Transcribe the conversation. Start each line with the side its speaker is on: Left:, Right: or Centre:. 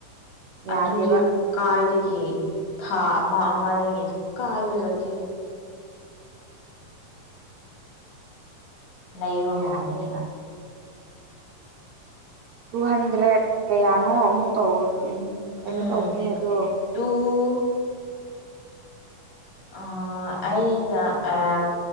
Right: ꯌꯥꯗꯦꯕ
Left: ꯑꯗꯨꯗꯤ ꯀꯥꯏꯗꯒꯤ ꯊꯥ ꯑꯃ ꯑꯃꯗꯒꯤ ꯀꯥꯏꯖꯨ ꯆꯠꯇꯦ ꯂꯩꯕ
Right: ꯌꯥꯗꯦꯕ
Left: ꯉꯝꯒꯅꯤ
Right: ꯇꯨ ꯍꯟꯗ꯭ꯔꯦꯠ ꯀꯌꯥꯅꯣ ꯑꯃꯨꯛ ꯇꯧꯒ꯭ꯔꯕꯅꯤ ꯀꯩꯅꯣ
Left: ꯎꯝ
Right: ꯇꯧꯕꯅꯦ ꯑꯗꯨ
Left: ꯇꯨ ꯑꯥ ꯑꯩꯅ <unintelligible>